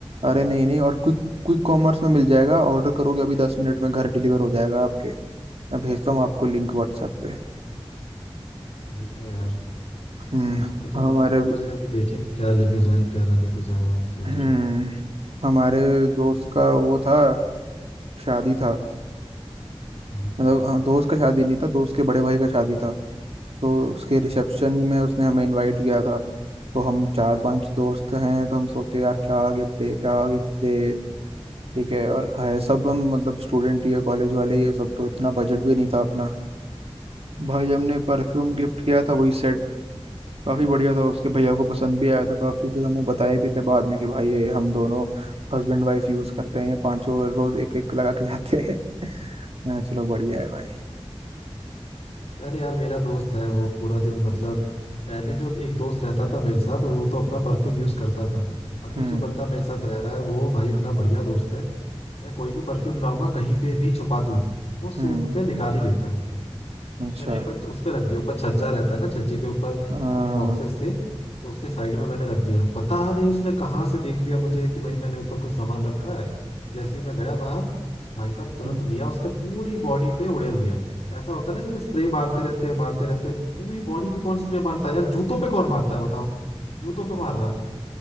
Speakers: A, on the right; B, on the left.
A: अरे नहीं नहीं और क्विक क्विक कॉमर्स में मिल जाएगा ऑर्डर करोगे अभी दस मिनट में घर डिलीवर हो जाएगा आपके मैं भेजता हूँ आपको लिंक व्हाट्सएप पे
B: भेजना यार शाम
A: हम्म
B: को जाना
A: हमारे
B: है नौ बजे अभी देखेंगे क्या लेके जाए क्या ना लेके जाए वही सोच
A: हम्म
B: रहे थे तब से
A: हमारे दोस्त का वो था शादी था
B: हाँ
A: मतलब हाँ, दोस्त का शादी नहीं था दोस्त के बड़े भाई का शादी था तो उसके
B: हम्म,
A: रिसेप्शन में उसने हमें इनवाइट किया था तो हम चार पांच दोस्त हैं तो हम सोचे यार क्या गिफ्ट दे क्या गिफ्ट दे ठीक है और है सब हम मतलब स्टूडेंट ही है कॉलेज वाले ये सब तो इतना बजट भी नहीं था अपना भाई हमने
B: हाँ।
A: परफ्यूम गिफ्ट किया था वही सेट काफी बढ़िया था उसके भैया को पसंद भी आया था काफी फिर हमें बताए भी थे बाद में कि भाई ये हम दोनों हस्बैंड वाइफ यूज करते हैं पांचों रोज एक एक लगा के जाते हैं <laughs> हाँ, चलो बढ़िया है भाई
B: अरे यार मेरा दोस्त है वो पूरा दिन मतलब पहले जो एक दोस्त रहता था मेरे साथ वो तो अपना परफ्यूम यूज करता था अभी
A: हम्म
B: जो बंदा मेरे साथ रह रहा है वो भाई इतना बढ़िया दोस्त है मैं कोई भी परफ्यूम लाऊंगा कहीं पे भी छुपा दूं वो
A: हम्म
B: सूंघ के निकाल ही लेता है
A: अच्छा
B: मैंने एक बार उस पे रख दिया ऊपर छज्जा रहता है ना छज्जे के ऊपर
A: हाँ
B: कुछ बॉक्सेस थे तो उसके साइड में मैंने रख दिया पता नहीं उसने कहाँ से देख लिया मुझे कि भाई मैंने ऊपर कुछ सामान रखा है जैसे ही मैं गया बाहर भाई साहब तुरंत
A: हम्म।
B: लिया उसने पूरी बॉडी पे उड़ेल दिया ऐसा होता है ना जैसे स्प्रे मारते रहते हैं मारते रहते हैं पूरी बॉडी पे कौन स्प्रे मारता है यार जूतों पे कौन मारता है बताओ जूतों पे मार रहा है